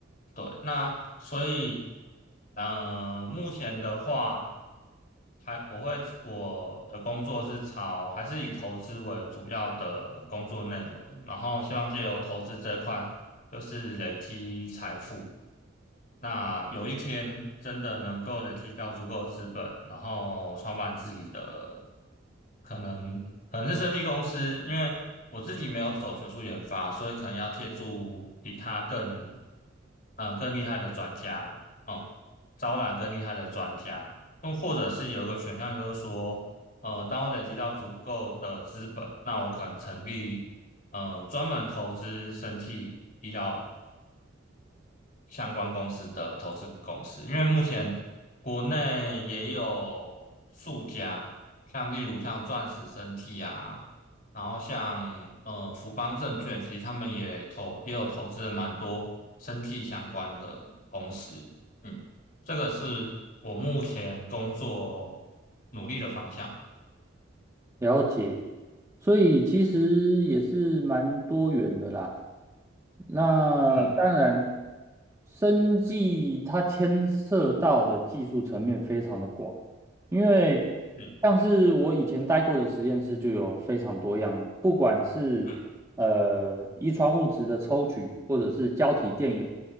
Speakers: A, on the left (about 45°); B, on the right (about 15°).
A: 对，那所以呃，目前的话。还我会我的工作是朝还是以投资为主要的工作内容，然后希望借由投资这块，就是累积财富。那有一天真的能够累积到足够的资本，然后创办自己的，可能可能是生技公司，因为我自己没有走学术研发，所以可能要借助比他更，呃，更厉害的专家，哦、招揽更厉害的专家，那或者是有一个选项就是说，呃，当我累积到足够的资本，那我可能成立呃专门投资生技比较。相关公司的投资公司，因为目前国内也有数家，像例如像钻石生技啊，然后像呃福邦证券，其实他们也投也有投资了蛮多生技相关的公司，嗯，这个是我目前工作努力的方向，
B: 了解，所以其实也是蛮多元的啦。那当然，
A: 嗯，
B: 生技它牵涉到的技术层面非常的广，因为
A: 嗯
B: 像是我以前待过的实验室就有非常多样，不管是呃遗传物质的抽取，
A: 嗯
B: 或者是胶体电泳，